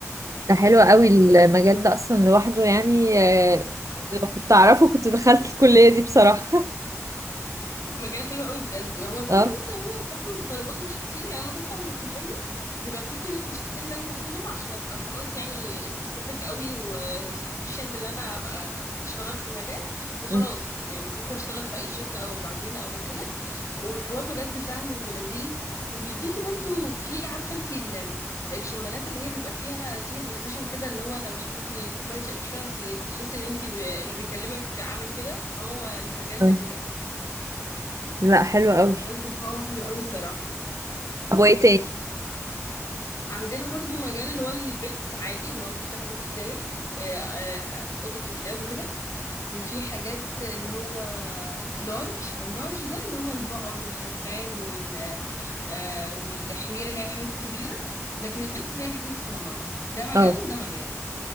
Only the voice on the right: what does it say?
ده حلو قوي المجال ده اصلا لوحده يعني آه، لو كنت اعرفه كنت دخلت الكليه دي بصراحه
<laughs>
اه
أمم.
آه.
لا حلو قوي
طب وايه تاني
اه